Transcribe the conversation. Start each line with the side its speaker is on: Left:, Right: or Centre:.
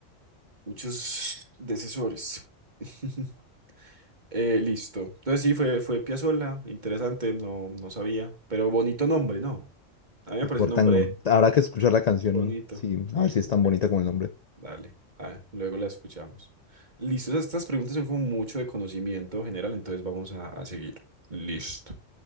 Right: muchos decesores. <laughs> Eh, listo. Entonces sí, fue, fue Piazzolla, interesante, no, no sabía, pero bonito nombre, ¿no? A mí me parece
Left: Por
Right: un nombre
Left: tango. Habrá que escuchar la canción,
Right: bonito.
Left: ¿no? Sí,
Right: Sí,
Left: a ver si es
Right: ok,
Left: tan bonita como el nombre.
Right: dale. Ah, luego la escuchamos. Listo, esas- estas preguntas son como mucho de conocimiento general, entonces vamos a, a seguir. Listo.